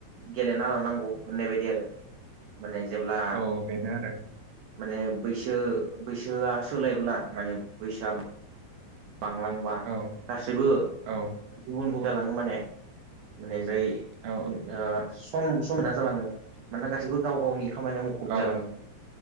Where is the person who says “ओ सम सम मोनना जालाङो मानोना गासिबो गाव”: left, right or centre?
Right